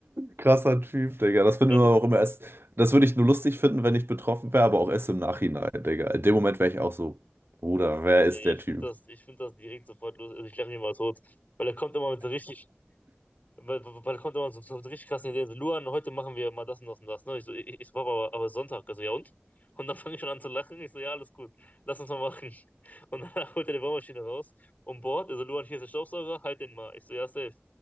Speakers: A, on the right; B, on the left.
A: Krasser Typ, Digga. Das finde
B: ja,
A: ich immer auch immer erst. Das würde ich nur lustig finden, wenn ich betroffen wäre, aber auch erst im Nachhinein, Digga. In dem Moment wäre ich auch so, Bruder, wer ist
B: Nee,
A: der
B: ich
A: Typ?
B: finde das, ich finde das direkt sofort los. Also ich lache mich mal tot. Weil er kommt immer mit so richtig, weil, weil weil er kommt immer so, so mit richtig krassen Ideen. So, Luan, heute machen wir mal das und das und das. Ne? Ich so, ich, ich so, Papa, aber, aber Sonntag. Also, ja und? Und dann fange ich schon an zu lachen. Ich so, ja, alles gut. Lass uns mal machen. Und dann <laughs> holt er die Bohrmaschine raus und bohrt. Also, Luan, hier ist der Staubsauger, halt den mal. Ich so, ja, safe.